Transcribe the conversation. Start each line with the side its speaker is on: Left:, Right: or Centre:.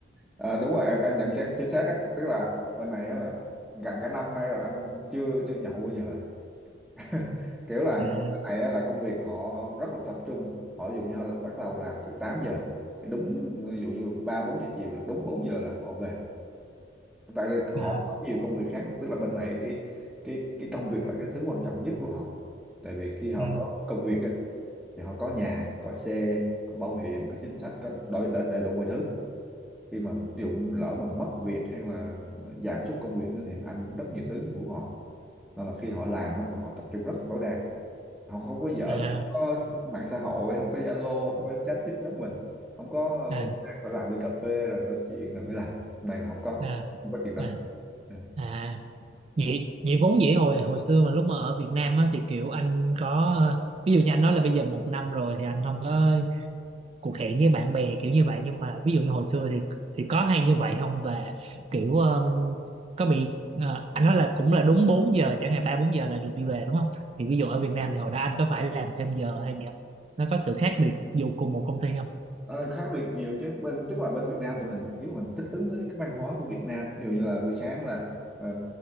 Centre: à, đúng rồi em em nhận xét chính xác á tức là bên này á là gần cả năm nay rồi anh chưa chưa nhậu bao giờ <laughs> kiểu là
Right: à,
Centre: bên này á, là công việc họ rất là tập trung họ ví dụ như họ bắt đầu làm từ tám giờ thì đúng ví dụ như ba bốn giờ chiều là đúng 4 giờ là họ về tại vì họ
Right: à,
Centre: có nhiều công việc khác nữa. tức là bên này cái cái cái công việc là cái thứ quan trọng nhất của họ tại vì khi họ
Right: ừ,
Centre: có công việc á, thì họ có nhà có xe có bảo hiểm có chính sách có đầy, đầy, đầy đủ mọi thứ khi mà ví dụ lỡ mà mất việc hay là giảm sút công việc nữa thì nó ảnh hưởng rất nhiều thứ của họ nên là khi họ làm á, là họ tập trung rất là tối đa họ không có giỡn
Right: à,
Centre: không có mạng xã hội không có Zalo không có chat chít giống mình không có
Right: à,
Centre: ờ, sáng và làm đi cà phê rồi nói chuyện rồi mới làm này là không có
Right: à,
Centre: không có chuyện đó
Right: à.
Centre: ừ.
Right: à. vậy vậy vốn dĩ hồi hồi xưa mà lúc mà ở Việt Nam á, thì kiểu anh có ví dụ như anh nói là bây giờ một năm rồi thì anh không có cuộc hẹn với bạn bè kiểu như vậy nhưng mà ví dụ như hồi xưa thì thì có hay như vậy không và kiểu um, có bị à, anh nói là cũng là đúng 4 giờ chẳng hạn 3 4 giờ là được đi về đúng không thì ví dụ ở Việt Nam thì hồi đó anh có phải làm thêm giờ hay gì không nó có sự khác biệt dù cùng một công ty không
Centre: Ờ, khác biệt nhiều chứ bên tức là bên Việt Nam thì mình kiểu mình thích ứng với cái văn hóa của Việt Nam ví dụ như là buổi sáng là ờ,